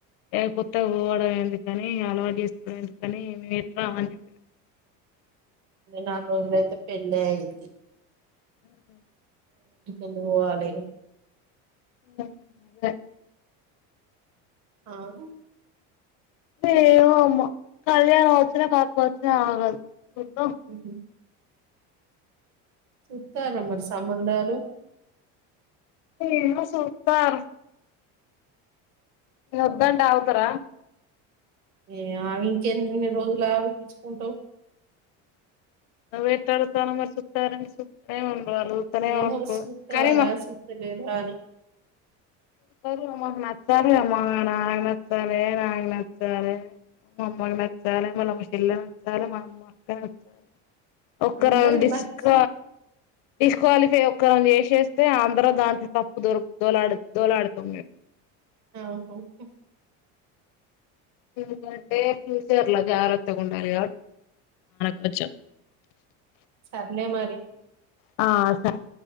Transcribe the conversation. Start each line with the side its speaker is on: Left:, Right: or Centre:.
Left: ఎకొత్తగా పోవడం ఎందుకని అలవాటు చేసుకోవడం ఎందుకని మేముమిత్త అని
Right: నాలుగు రోజులయితే పెళ్ళి అయిది
Left: ఉ
Right: ఎందుకు పోవాలి
Left: ఉ అద
Right: అవు
Left: ఏమమ్ కళ్యాణం వచ్చినా పక్క వచ్చినా ఆగదు చూద్దాం
Right: ఉహ చుతార మరి సబంధాలు
Left: ఏ సూతారు నువద్దంటె అవుతార
Right: ఏ ఆ ఇంకెన్నిన్ని రోజులా పిచ్చుకుంటావు
Left: ఎట్ తడు స్థాన మ సతార వ శు అడుగుత నె
Right: ఏమో
Left: వుంటారుక
Right: చూస్తారా
Left: రీమా
Right: చూస్తలేరా అని
Left: ారు అమ్మక్ నచ్చాలి మ నాయనక్ నచ్చాలే నా క్ నచ్చాలే మా అమ్మకి నచ్చాలి మళ్ళమ చెల్ల నచ్చాలి మా అమ్మ అక్క నచ్చాలి ఒక్కర
Right: అందరికి
Left: డిస్క్
Right: నచ్చ
Left: డిస్క్వాలిఫై ఒక్కర చేసే అతే అంద్ర దాంట్ తప్పు దొక దోలాడు దోలాడుతాం మే
Right: ఆహా స్
Left: టు కంటె ఫ్యూచర్లో జాగ్రత్త ఉండాలిఆన కొచ్చం
Right: సర్లే మరి
Left: ఆ స అస